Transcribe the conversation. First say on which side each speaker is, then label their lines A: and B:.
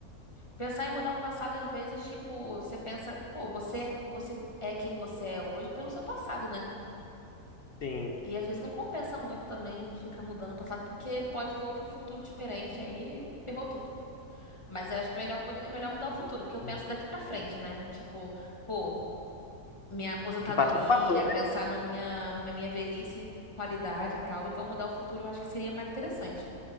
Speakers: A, on the left; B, on the left.
A: Pensar em mudar o passado, às vezes, tipo, você pensa, pô, você, é, você é quem você é hoje pelo seu passado, né?
B: Sim.
A: E às vezes não compensa muito também ficar mudando o passado, porque pode ter outro futuro diferente, aí ferrou tudo. Mas eu acho que é melhor, muda- é melhor mudar o futuro, porque eu penso
B: O
A: daqui pra frente, né? Tipo, pô, minha aposentadoria,
B: passado passou, passou, né?
A: pensar na minha, na minha velhice, qualidade e tal. Então mudar o futuro eu acho que seria mais interessante,